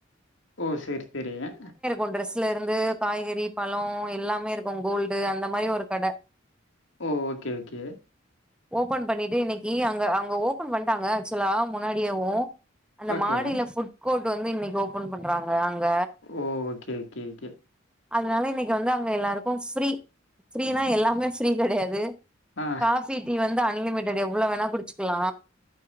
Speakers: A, on the left (about 70°); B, in the centre.
A: ஓ சேரி சேரி அ
B: ஒ டிரெஸ்ல இருந்து காய்கறி பழோ எல்லாமே இருக்கு கோல்டு அந்த மாரி ஒரு கட
A: ஓகே ஓகே
B: ஓப்பன் பண்ணிட்டு இன்னைக்கி அங்க அவுங்க ஓபன் பண்ட்டாங்க ஆக்சுலா முன்னாடி யேவு அந்த
A: ஓகே
B: மாடியில ஃபுட் கோட் வந்து இன்னைக்கு ஓப்பன் பண்றாங்க அங்க
A: ஓகே ஓகே ஓகே
B: அதனால இன்னைக்கு வந்து அங்க எல்லாருக்கு ஃப்ரீ ஃப்ரீனா எல்லாமே ஃப்ரீ கெடையாது
A: ஆ
B: காஃபி டீ வந்து அன்லிமிடட் எவ்ளோ வேணா குடிச்சுக்லா